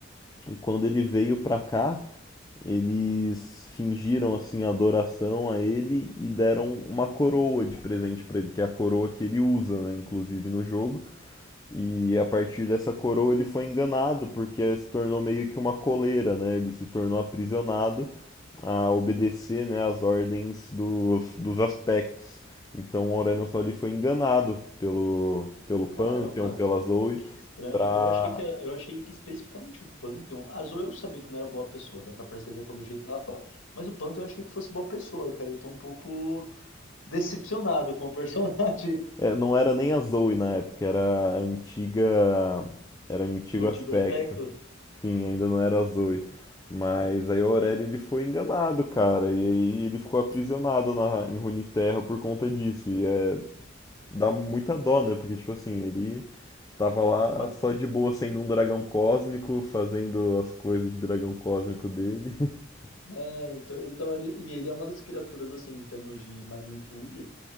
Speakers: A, on the left (about 20°); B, on the left (about 75°).
A: E quando ele veio para cá, eles fingiram assim adoração a ele e deram uma coroa de presente para ele, que é a coroa que ele usa, né, inclusive no jogo. E a partir dessa coroa ele foi enganado porque se tornou meio que uma coleira, né? Ele se tornou aprisionado a obedecer, né, as ordens dos, dos aspectos. Então o Aurelion Sol foi enganado pelo pelo Pantheon,
B: Caramba,
A: pela Zoe,
B: que estranho.
A: para
B: Eu achei que era- eu achei que especificamente o Pantheon, a Zoe eu sabia que não era boa pessoa, dá pra perceber pelo jeito que ela fala. Mas o Pantheon eu achei que fosse boa pessoa, cara. Eu tô um pouco decepcionado com o personagem. <laughs>
A: É, não era nem a Zoe na época, era a antiga. Era um antigo
B: O antigo
A: aspecto.
B: aspecto
A: Sim, ainda não era a Zoe. Mas aí o Aurélio ele foi enganado, cara. E aí ele ficou aprisionado na, em Runeterra por conta disso. E é, dá muita dó, né? Porque, tipo assim, ele tava lá
B: é uma.
A: só de boa sendo um dragão cósmico, fazendo as coisas de dragão cósmico dele. <laughs>
B: É, então ele tava ali. E ele é uma das criaturas, assim, em termos de magnitude.